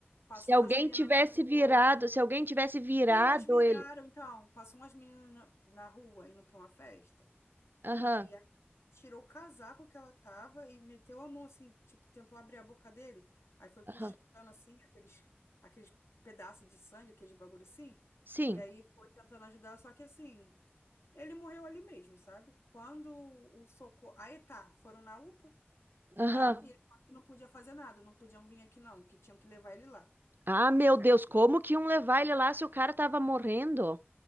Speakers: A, on the left; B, on the right.
A: Passou
B: Se alguém
A: umas meninas
B: tivesse
A: na rua.
B: virado, se alguém tivesse virado
A: Sim, mas viraram,
B: ele.
A: então. Passou umas meninas na, na rua indo para uma festa.
B: Aham,
A: E aí tirou o casaco que ela tava e meteu a mão assim, tipo, tentou abrir a boca dele. Aí foi puxando
B: aham.
A: assim aqueles, aqueles pedaços de sangue, aqueles bagulho assim.
B: Sim,
A: E aí foi tentando ajudar, só que assim, ele morreu ali mesmo, sabe? Quando o socorro. Aí tá, foram na UPA
B: aham.
A: lá e ele falou que não podia fazer nada, não podiam vir aqui não, que tinham que levar ele lá.
B: Ah, meu
A: Você acredita?
B: Deus, como que iam levar ele lá se o cara tava morrendo?